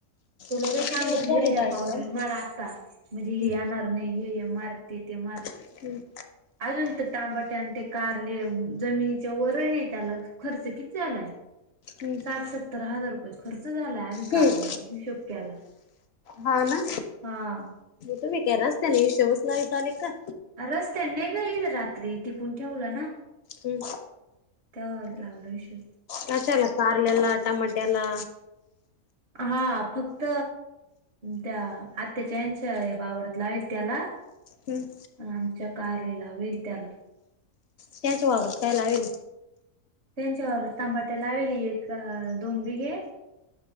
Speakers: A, on the right (about 55°); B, on the left (about 60°).
A: तुला
B: किती
A: काही सांगत
B: दिवस झाले
A: या
B: डाळिंब
A: पावडर
B: लावून
A: मार आता, म्हणजे हे
B: हम्म
A: येणार नाही. हे मारते, ते मार.
B: हम्म.
A: अजून तर तांबाट्या ते कारले जमिनीच्या वर नाही त्याला खर्च किती आलाय.
B: हम्म.
A: सत्तर हजार रुपये खर्च झालाय आम्ही
B: हम्म
A: काल हिशोब केला.
B: हा ना,
A: हा
B: तुम्ही के रस्त्याने हिशोबस नाही <unintelligible> का
A: रस्त्यान घईल रात्री टिपून ठेवलं ना.
B: हम्.
A: त लावल श.
B: कशाला खारलेला, टमाटेला.
A: हा फक्त त्या आत्याच्या यांच्या <unintelligible> त्याला.
B: हम्म.
A: आमच्या कारले ला वय त्याला.
B: क्याच वावर <unintelligible>
A: त्यांच्यावर तबाट्या लावेले एक दोन बिघे.